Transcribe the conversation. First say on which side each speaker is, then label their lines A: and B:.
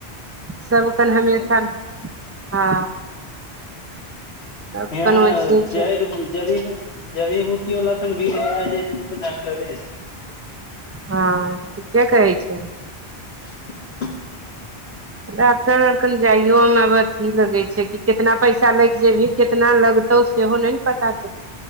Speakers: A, on the right; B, on the left.
A: सब कन हमेशा
B: भी
A: हँ सब
B: हिया
A: कन वैसे छै
B: जैड़ जड़िमे जड़ी बूटी बला कन भीड़ हो जाइ छै तऽ उ तऽ डाक्टरे छै
A: हँ ठीके कहै छै
B: <inaudible>
A: डाक्टर आर कन जाइयो मे अब अथी लगै छै कि कितना पैसा लाइ केँ जेबही केतना लगतौ सेहो नय नऽ पता चलै